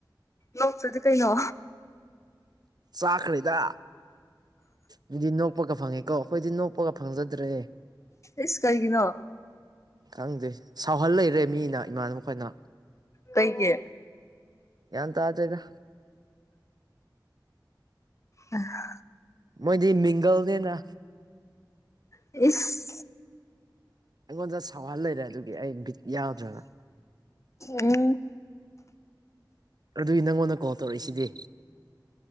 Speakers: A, on the left; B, on the right.
A: ꯅꯣꯛꯇ꯭ꯔꯗꯤ ꯀꯩꯅꯣ
B: ꯆꯥꯛꯈ꯭ꯔꯦꯗ ꯃꯤꯗꯤ ꯅꯣꯛꯄꯒ ꯐꯪꯉꯦ ꯀꯣ ꯑꯩꯈꯣꯏꯗꯤ ꯅꯣꯛꯄꯒ ꯐꯪꯖꯗ꯭ꯔꯦ
A: ꯏꯁ ꯀꯔꯤꯒꯤꯅꯣ
B: ꯈꯪꯗꯦ ꯁꯥꯎꯍꯜ ꯂꯩꯔꯦ ꯃꯤꯅ ꯏꯃꯥꯅꯕ ꯈꯣꯏꯅ
A: ꯀꯩꯒꯤ
B: ꯒꯌ꯭ꯥꯟ ꯇꯥꯗꯦꯗꯥ
A: ꯑ <unintelligible>
B: ꯃꯣꯏꯗꯤ ꯃꯤꯡꯒꯜꯅꯦꯅ
A: ꯏꯁ
B: ꯑꯩꯉꯣꯟꯗ ꯁꯥꯎꯍꯜ ꯂꯩꯔꯦ ꯑꯗꯨꯒꯤ ꯑꯩ ꯕꯤꯠ ꯌꯥꯎꯗ꯭ꯔꯕ
A: ꯎꯝ
B: ꯑꯗꯨꯏ ꯅꯪꯉꯣꯟꯗ ꯀꯣꯜ ꯇꯧꯔꯛꯏꯁꯤꯗꯤ